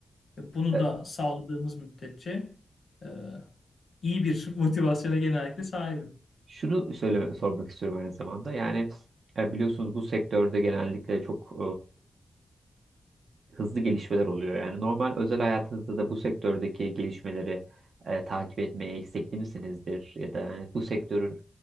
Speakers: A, on the left (about 60°); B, on the right (about 70°).
A: Ve Bunu
B: E,
A: da sağladığımız müddetçe e, iyi bir <laughs> motivasyona genellikle sahibim.
B: şunu söyle, sormak istiyorum aynı zamanda. Yani e, biliyorsunuz bu sektörde genellikle çok hızlı gelişmeler oluyor. Yani normal özel hayatınızda da bu sektördeki gelişmeleri e, takip etmeye istekli misinizdir? Ya da yani bu sektörün